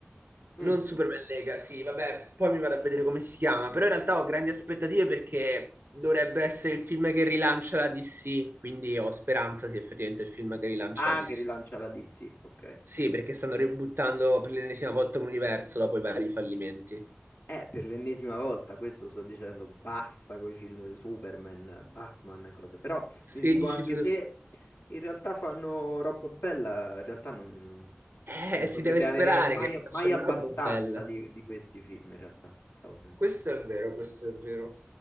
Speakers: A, on the left (about 70°); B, on the right (about 55°).
A: Mm.
B: Non Superman Legacy, vabbè, poi mi vado a vedere come si chiama, però in realtà ho grandi aspettative perché dovrebbe essere il film che rilancia la DC, quindi ho speranza sia effettivamente il film che rilancia
A: Ah,
B: la DC.
A: che rilancia la DC, ok.
B: Sì,
A: ok.
B: perché stanno ributtando per l'ennesima volta l'universo dopo i vari fallimenti.
A: Eh, per l'ennesima volta, questo sto dicendo, basta con i film di Superman, Batman e cose. Però
B: 16
A: mi dico anche
B: su...
A: se in realtà fanno roba bella, in realtà non, non-
B: Eh,
A: se ne potrebbe
B: si deve sperare
A: avere mai,
B: che facciano
A: mai abbastanza
B: una roba bella.
A: di, di questi film, in realtà, stavo pensando.
B: Questo è vero, questo è vero.